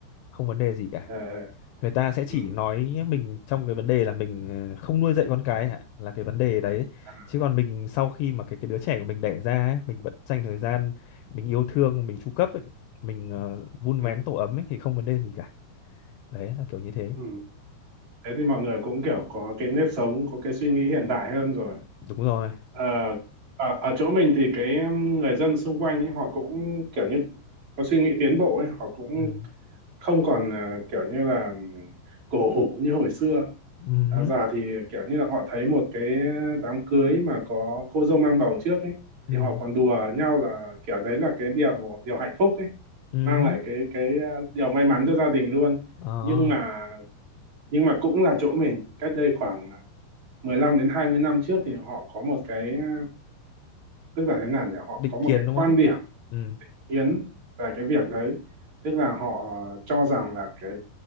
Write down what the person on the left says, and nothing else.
không vấn đề gì cả
người ta sẽ chỉ
nói mình trong cái vấn đề là mình ờ, không nuôi dạy con cái hả là cái vấn đề đấy
chứ còn mình sau khi mà cái cái đứa trẻ của mình đẻ ra ấy, mình vẫn dành thời gian mình yêu thương mình chu cấp ấy, mình ờ, vun
vén tổ ấm ấy thì không vấn đề gì cả đấy là kiểu như thế
đúng rồi
ừ
ừ
ừ
ừ
Ờ,
định
kiến
đúng
không?
Ừ,